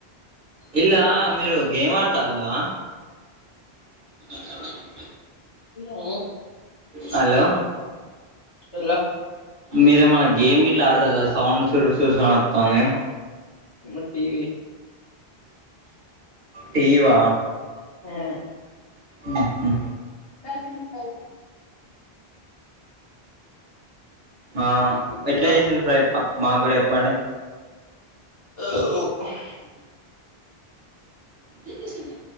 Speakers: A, on the right; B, on the left.
A: ఇలా మీరు గేమ్ ఆడతల్లా <unintelligible>
B: ఉ
A: హలో
B: హలో
A: మీరేమన్నా గేమ్ గిఇట్ల ఆడతల్లా సౌండ్ చూ సుర్ సుర్ సౌండ్ అత్తంది
B: మరి టీవీ
A: టీవా
B: ఆ
A: ఉహూ
B: అంటరు
A: ఆ ఎట్లా
B: ఇంకా
A: చేసింళ్ళు ప్రయిప మాకు గుడా చెప్పండి
B: ఓ ఉవ్.. హ్
A: మీ సన్నా